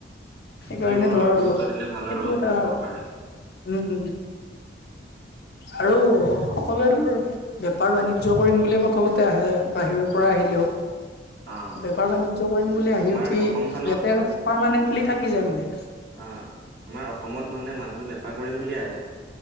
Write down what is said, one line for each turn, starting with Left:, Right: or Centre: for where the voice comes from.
Left: সেইকাৰণে
Right: সেইবোৰ
Left: ধৰ
Right: গুৰুত্ব
Left: অলপ
Right: দিলে ভাল
Left: সেইটো
Right: আৰু
Left: এটা।
Right: চৰকাৰে
Left: উম, উম, আৰু সকলোৱে ধৰ বেপাৰ বাণিজ্য কৰি বুলি প্ৰথমতে আহে বাহিৰৰ পৰা
Right: আহ
Left: আহিলেও।
Right: আহ
Left: বেপাৰ বাণিজ্য কৰিম বুলি আহি
Right: আমাৰ
Left: উঠি
Right: অসমখনক
Left: ইয়াতে আৰু পাৰমানেন্টলি থাকি যায় মানে।
Right: আ আমাৰ অসমত মানে মানুহে বেপাৰ কৰিম বুলি আহে।